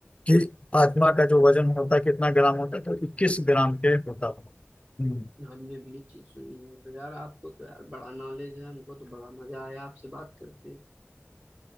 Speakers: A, on the left; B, on the right.
A: कि आत्मा का जो वजन होता है कितना ग्राम होता है तो इक्कीस
B: हम्म
A: ग्राम के होता है हम्म,
B: हमने भी ये चीज सुनी है तो यार आपको तो यार बड़ा नॉलेज है हमको तो बड़ा मजा आया आपसे बात करके